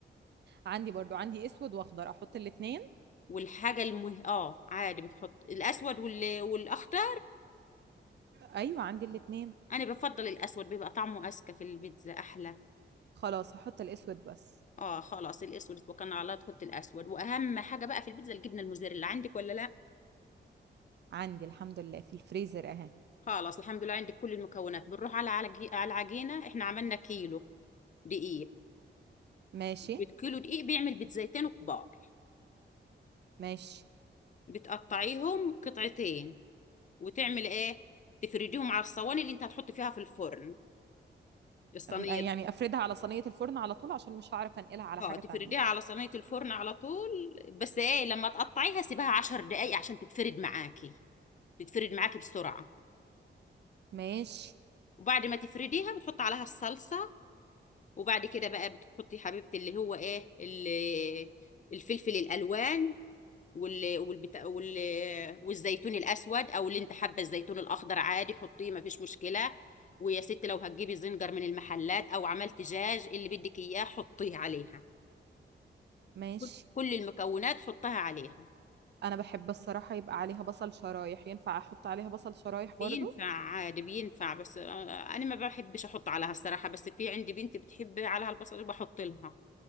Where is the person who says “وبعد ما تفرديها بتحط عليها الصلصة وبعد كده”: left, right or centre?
Left